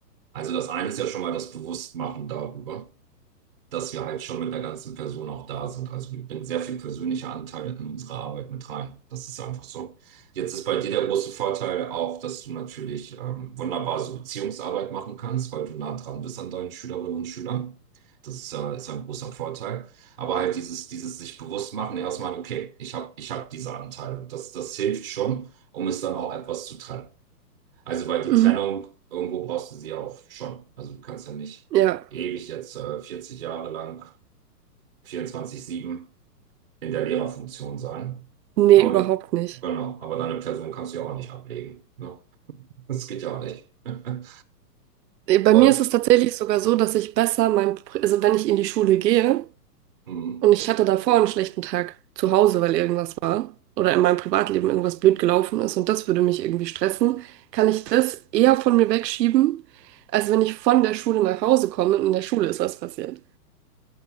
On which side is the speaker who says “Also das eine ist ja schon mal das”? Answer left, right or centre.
Right